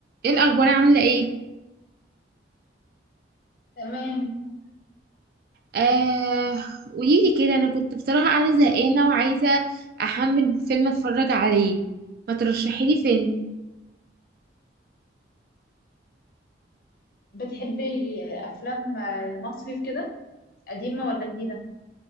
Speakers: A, on the right; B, on the left.
A: ايه الاخبار عامله ايه
B: تمام
A: آه قوليلي كده انا كنت بصراحه قاعده زهقانه وعايزه احمل فيلم اتفرج عليه ما ترشحي لي فيلم
B: بتحبي افلام المصري وكده قديمه ولا جديده